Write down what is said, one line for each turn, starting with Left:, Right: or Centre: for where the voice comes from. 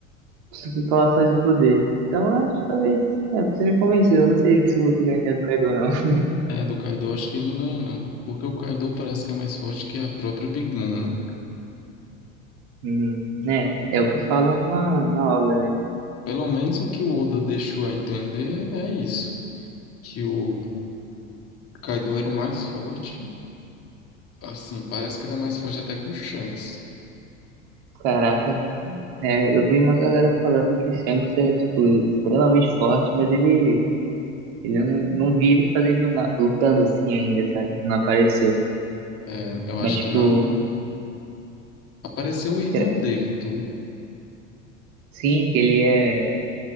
Right: se falar só de poder. Então, eu acho que talvez. É, você me convenceu, eu não sei se o Luffy ganharia do Kaido, não. <laughs>
Left: É, do Kaido eu acho que ele não ganha, não. Porque o Kaido parece que é mais forte que a própria Big Mom, né?
Right: Hum, né? É o que falam na, na obra, né?
Left: Pelo menos o que o Oda deixou a entender é isso. Que o Kaido era o mais forte. Assim, parece que ele é mais forte até que o Shanks.
Right: Caraca, é, eu vi uma galera falando que o Shanks é, tipo, extremamente forte, mas ele, ele eu não, não vi ele fazendo, na, lutando assim ainda, sabe? Não apareceu.
Left: É, eu acho
Right: Mas, tipo,
Left: que não. Apareceu o irmão
Right: será-
Left: dele, tu viu?
Right: sim, que ele é